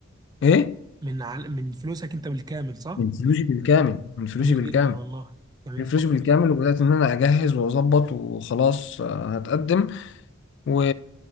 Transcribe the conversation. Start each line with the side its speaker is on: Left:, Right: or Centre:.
Left: إيه؟
Right: من عل... من فلوسك انت بالكامل صح؟
Left: من فلوسي بالكامل من فلوسي
Right: جميل
Left: بالكامل
Right: جدا والله جميل
Left: من فلوسي
Right: خالص
Left: بالكامل وبدأت إن أنا أجهز وأظبط وخلاص آه، هتقدم و...